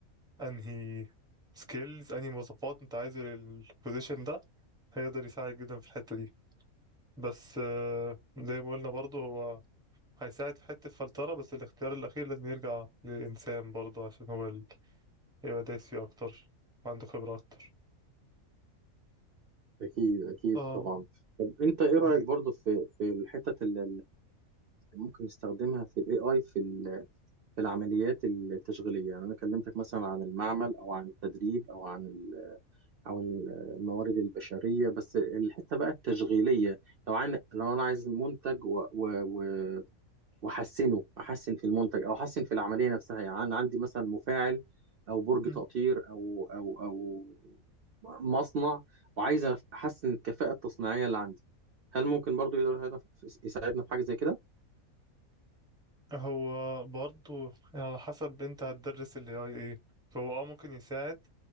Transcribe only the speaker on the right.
أكيد أكيد
طبعا طب أنت إيه رأيك
برضو في في الحتة اللي ممكن نستخدمها في ال AI في ال في العمليات التشغيلية يعني أنا كلمتك مثلا عن المعمل أو عن التدريب أو عن ال- أو ال- الموارد البشرية بس الحتة بقى التشغيلية لو عن لو أنا عايز منتج و... و... و... وأحسنه أحسن في المنتج أو أحسن في العملية نفسها يعني أنا عندي مثلا مفاعل أو برج
تقطير أو أو أو مصنع وعايز أحسن الكفاءة التصنيعية اللي عندي هل ممكن برضو يقدر يساعدنا في يساعدنا في حاجة زي كده؟